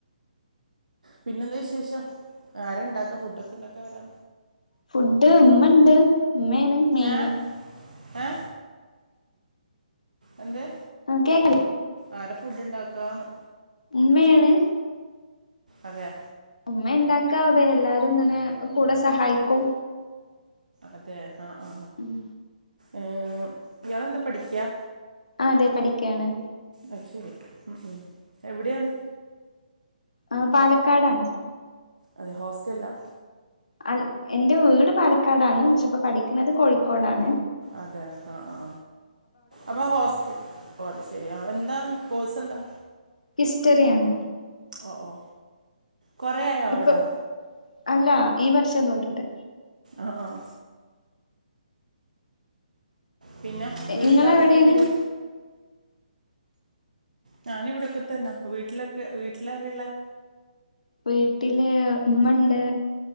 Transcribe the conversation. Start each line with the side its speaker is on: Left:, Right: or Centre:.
Right: പിന്നെ എന്താ വിശേഷം ആരാ ഉണ്ടാക്ക ഫുഡ് ഒക്കെ ഉണ്ടാക്ക ആരാ
Left: ഫുഡ് ഉമ്മ ഉണ്ട് ഉമ്മയാണ്. മെയിന്
Right: എ എ എന്ത്?
Left: <unintelligible>
Right: ആരാ ഫുഡ്ണ്ടാക്കാന്ന്?
Left: ഉമ്മയാണ്.
Right: അതെ.
Left: ഉമ്മ ഇണ്ടാക്കാവേ എല്ലാരും ഇങ്ങനെ കൂടെ സഹായിക്കും.
Right: അതെ ആ ആ
Left: ഉം
Right: ഏ ഇയാളെന്താ പഠിക്ക്യാ?
Left: ആതെ പഠിക്ക്യാണ്.
Right: അത് ശെരി ഉംഉം എവിടെയാണ്?
Left: ആ പാലക്കാടാണ്.
Right: അതെ ഹോസ്റ്റല്ലാ?
Left: അ എന്റെ വീട് പാലക്കാടാണ് പക്ഷേപ്പം പഠിക്ക്ണത് കോഴിക്കോടാണ്.
Right: അതെ ആ ആ അപ്പൊ ഹോസ്റ്റ ഓ അ അത് ശെരി ആ എന്താണ് കോഴ്സ് എന്താ?
Left: ഹിസ്റ്ററിയാണ്.
Right: ഓ ഓ കൊറെ ആയോ
Left: ഇപ്പൊ
Right: അവിടെ?
Left: അല്ല ഈ വർഷം തൊട് ട്ട്.
Right: ആഹ്ആഹ്. പിന്നെ വീട്ട്ലാരൊക്കെണ്ട്?
Left: ഇങ്ങളെവിടെയാണ്
Right: ഞാന് ഇവിടെൊക്കെ തന്ന വീട്ടിലൊക്കെ വീട്ടിലാരാള്ളെ?
Left: വീട്ടില് ഇമ്മണ്ട്